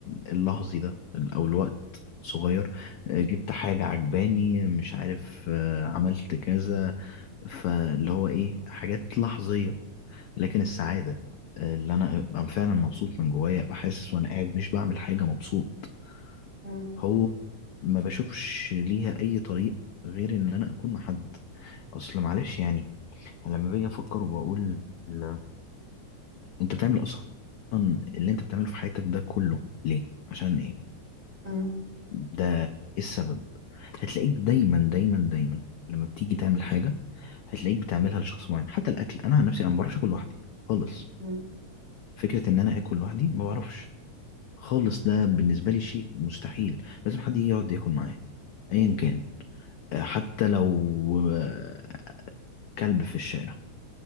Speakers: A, on the left (about 80°); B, on the right (about 30°).
A: اللحظي ده او الوقت صغير آه، جبت حاجة عجباني مش عارف آه، عملت كذا فاللي هو ايه حاجات لحظية لكن السعادة اللي انا ابقى فعلا مبسوط من جوايا ابقى حاسس وانا قاعد مش بعمل حاجة مبسوط
B: مم.
A: هو ما بشوفش ليها اي طريق غير ان انا اكون مع حد اصل معلش يعني أنا لما باجي افكر وبقول ال- انت بتعمل اصلا اللي انت بتعمله في حياتك ده كله ليه عشان ايه
B: مم.
A: ده ايه السبب هتلاقيك دايما دايما دايما لما بتيجي تعمل حاجه هتلاقيك بتعملها لشخص معين حتى الاكل انا عن نفسي انا ما بعرفش اكل لوحدي خالص
B: مم.
A: فكرة إن أنا آكل لوحدي ما بعرفش خالص ده بالنسبة لي شيء مستحيل لازم حد يجي يقعد ياكل معايا أيا كان آه، حتى لو آه، كلب في الشارع